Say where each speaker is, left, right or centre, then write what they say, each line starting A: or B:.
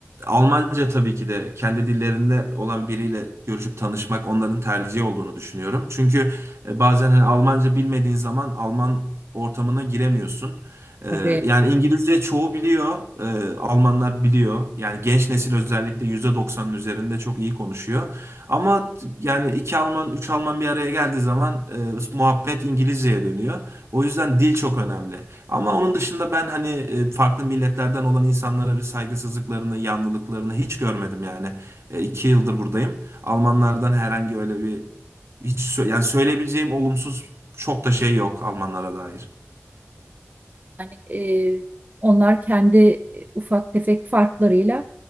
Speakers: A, on the right; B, on the right.
A: Almanca tabii ki de kendi dillerinde olan biriyle görüşüp tanışmak onların tercihi olduğunu düşünüyorum. Çünkü e, bazen hani Almanca bilmediğin zaman Alman ortamına giremiyorsun. E,
B: Tabii.
A: yani İngilizce çoğu biliyor, e, Almanlar biliyor. Yani genç nesil özellikle %90'ın üzerinde çok iyi konuşuyor. Ama yani iki Alman, üç Alman bir araya geldiği zaman e, muhabbet İngilizceye dönüyor. O yüzden dil çok önemli. Ama onun dışında ben hani e, farklı milletlerden olan insanlara bir saygısızlıklarını, yanlılıklarını hiç görmedim yani. E, iki yıldır buradayım. Almanlardan herhangi öyle bir hiç sö- yani söyleyebileceğim olumsuz çok da şey yok Almanlara dair.
B: Yani e, onlar kendi e, ufak tefek farklarıyla